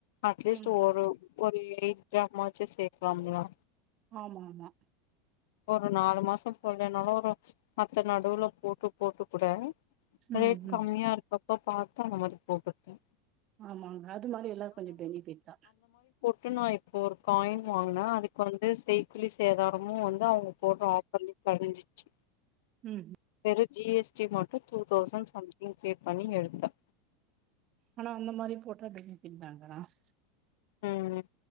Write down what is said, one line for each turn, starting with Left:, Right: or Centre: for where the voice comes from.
Left: அட்லீஸ்ட்
Right: ம்
Left: ஒரு ஒரு எயிட் கிராம் ஆ ச்சு சேக்லாமில்லயா
Right: ஆமா ஆமா
Left: ஒரு நாலு மாச போல்லனாலு ஒரு மத்த நடுவுல போட்டு போட்டு கூட ரேட்
Right: ம்
Left: கம்மியா
Right: ம்
Left: இருக்க ப்ப பாத்து அந்த மாரி போட்டுட்டே
Right: ஆமா அது மாரி எல்லா கொஞ்ச பெனிஃபிட் தா
Left: ட்டு நா இப்ப ஒரு காயின் வாங்னே அதுக்கு வந்து செய்கூலி சேதாரமு வந் து அவுங்க போட்ற ஆஃபர்லே கொறஞ்சிச்சு
Right: ம்
Left: ஒரு ஜி எஸ் டி மட்டு two thousand something pay பண்ணி எடுத்த
Right: ஆனா அந்த <unintelligible>
Left: ம் ம்